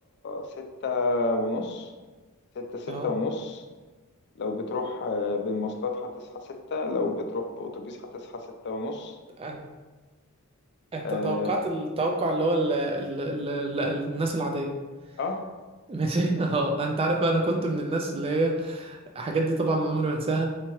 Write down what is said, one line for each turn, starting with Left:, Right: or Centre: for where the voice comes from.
Left: ستة ونص ستة ستة
Right: اه
Left: ونص لو بتروح آه، بالمواصلات هتصحى ستة لو بتروح بأتوبيس هتصحى ستة ونص
Right: أن- انت
Left: آه,
Right: توقعت التوقع اللي هو ال ال ال ال الناس العاديه
Left: آه
Right: ماشي <laughs> اه انت عارف بقى انا كنت من الناس اللي هي الحاجات دي طبعا ما عمري ما انساها